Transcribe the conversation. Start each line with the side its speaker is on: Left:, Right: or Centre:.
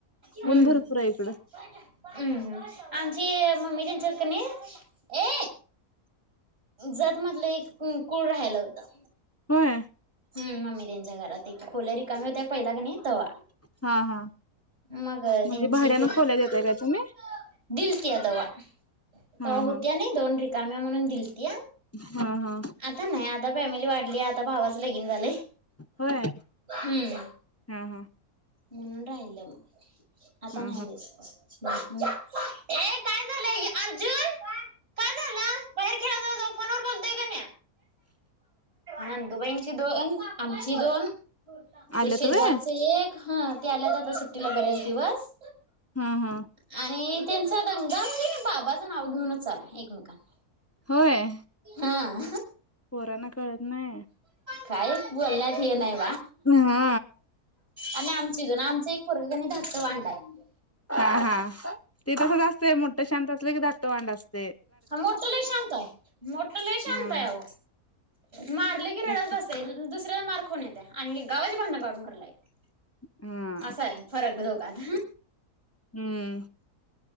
Right: हम्म
Left: ऊन भरपूर आहे इकडं
Right: आमची मम्मी त्यांच्यात ने ये जतमधलं एक. ह कुळ राहायला होतं.
Left: होय
Right: हम मम्मी त्यांच्या घरात एक खोल्या रिकाम्या होत्या पहिला की नाही. तवा
Left: हा हा
Right: मग
Left: म्हणजे
Right: त्यांची
Left: भाड्यानं
Right: पोरगी
Left: खोल्या देताय काय तुम्ही
Right: दिलत्या तवा. तवा
Left: हा
Right: होत्या
Left: हा
Right: नाही दोन रि काम्या म्हणून दिल त्या.
Left: हा हा
Right: आता नाही आत ता फॅमिली वाढली आता भावाचं लगीन झालंय.
Left: होय
Right: हम्म
Left: हा हा.
Right: म्हणून राहिल्या मग. आता
Left: हा
Right: नाही
Left: हा
Right: देेत. ए काय झालंय? अर्जुन काय झालं? बाहेर खेळा जावा जावा फोनवर बोलतोय का नाही? नंदू बाईंची दोन, आमची दोन. ते
Left: आल्यात
Right: शेजारच
Left: व्हय
Right: एक. हा ते आल्यात आता सुट्टीला बऱ्याच दिवस.
Left: हा हा
Right: आणि ते. त्यांचा दंगा म्हणजे बाबाचं नाव घेऊनच चालू हाय एकमेकांना.
Left: होय
Right: हा.
Left: पोरांना कळत नाय
Right: काय बोलण्यात हे नाय
Left: हा
Right: आणि आमची दोन आमच एक पोरग कणी धाकट वांड आहे
Left: हा हा ते तसच असतय मोठ शांत असतय धाकट वांड असतय.
Right: मोठ लई शांत आहे मोठा लय शांत
Left: हा
Right: आहे आहो मारले की रडत
Left: धाकटं
Right: बसायचं. आणि दूस ही जरा मार खाऊन येत्या आणि हे गावाची भांडण काढून घरला येत्या.
Left: हा
Right: असाय फरक दोघात
Left: हम्म